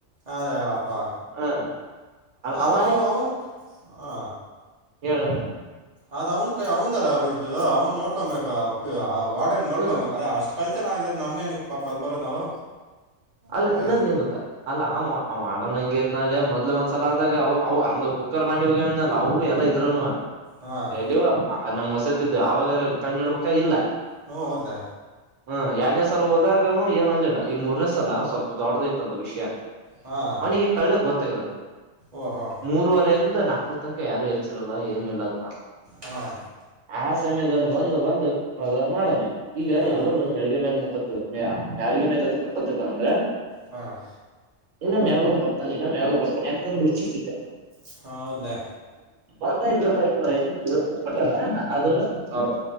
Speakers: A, on the right; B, on the right.
A: ಅದೇ ಹೇಳಪ್ಪಾ
B: ಹ
A: ಅದ
B: ಅವ
A: ಅವ್ನ್ ಹಾ
B: ಹೇಳ್ ಹೇಳ್
A: ಅದ್ ಅವನ್ ಕೈ ಅವಂದ ಇದು ಅವ್ನ್ ನೋಡ್ಕೊಬೇಕ ಪಿ ಯ ವಾಡನ್ ನೋಡ್ಕೊಬೇಕ
B: ಹ್ಮ್
A: ಅಷ್ಟ ಕಲ್ತನ ಆಗ್ರ್ ನಮ್ಗೆ ಏನ ಪಾಪ ಅಲ್ ಬರೋದ್ ನಾವು
B: ಅಲ್ಲ
A: ಹಾಂ
B: ಇನ್ನೊಂದೇನ್
A: ಎಸ್
B: ಗೊತ್ತಾ ಅಲ್ಲ ಆವಾ ಆಳೋ ಹಂಗ ಇದ್ ನಾಳೆ ಮೊದ್ಲು ಒಂದ್ಸಲ ಆದಾಗ ಅವಾಗ ಕುಕ್ಕರ್ ಬಾಂಡಿ ಹೋಗ್ಯವಂದನಲ ಅವು ಎಲ್ಲ ಇದ್ರುನುವೆ
A: ಹಾಂ
B: ಎಲ್ಲಿವ ಅ ನಮ್ ಹೊಸತ್ತಿದ್ದು ಅವಾಗ ಕಣ್ಣ ಹಿಡ್ಬೇಕ ಇಲ್ಲ
A: ಹ್ಮ ಹೌದ್ಲಾ
B: ಹ್ಮ ಎರಡನೇ ಸಲ ಹೋದಾಗನು ಏನ್ ಅನ್ಲಿಲ್ಲ ಈಗ ಮೂರನೇ ಸ ಲ್ಲ ಸ್ವಲ್ಪ ದೊಡ್ಡದೈತದ ವಿಷಯ
A: ಹಾಂ
B: ಅವನಿಗೆ ಕಳ್ಳ ಗೊತ್ತ ತ್ತಗದ
A: ಓಹೋ
B: ಮೂರುವರೆಯಿಂದ ನಾಲ್ಕು ತನಕ ಯಾರು ಹೆಚ್ಚರಲ್ಲ ಏನಿಲ್ಲತ್ತ
A: ಹಾಂ
B: ಆ ಸಮಯದಲ್ಲಿ ಬಂದು ಬಂದು ಪ್ರಧಾನ ಮಾಡವನೆ ಈಗ
A: ಹಾಂ
B: ಎಲ್ಲರೂ ಮೆಳಗೆ ಮೇಲೆ ಮುಖತ್ ನಾಲಿಗೆ ಮೇಲೆ ಎದುಕ ಹತ್ತುದ ಅಂದ
A: ಹಾಂ ಹಾಂ
B: ಇನ ಮ್ಯಾವ್ ಮೇ ಬರ್ <unintelligible> ಯಾಕಂದ್ರ ರುಚಿ ಸಿಕ್ಕದ.
A: ಹ ಹೌದ್ಲೆ
B: ಬಂದ ಆಯತ ಕಪಟ್ಟಾರ ಅದು ನ